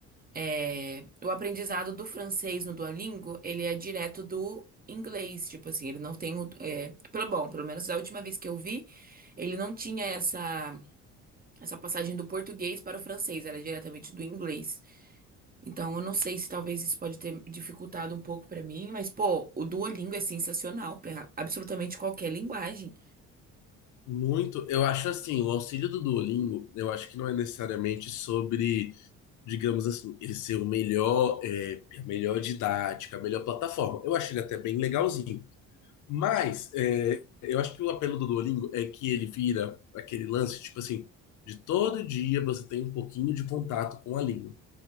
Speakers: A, on the right; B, on the left.
A: É, o aprendizado do francês no Duolingo, ele é direto do inglês, tipo assim, ele não tem o, é, pelo bom, pelo menos a última vez que eu vi, ele não tinha essa essa passagem do português para o francês, era diretamente do inglês. Então eu não sei se talvez isso pode ter dificultado um pouco pra mim, mas pô, o Duolingo é sensacional para absolutamente qualquer linguagem.
B: Muito, eu acho assim, o auxílio do Duolingo, eu acho que não é necessariamente sobre, digamos assim, ele ser o melhor, é, a melhor didática, a melhor plataforma. Eu acho ele até bem legalzinho. Mas é, eu acho que o apelo do Duolingo é que ele vira aquele lance, tipo assim, de todo dia você tem um pouquinho de contato com a língua.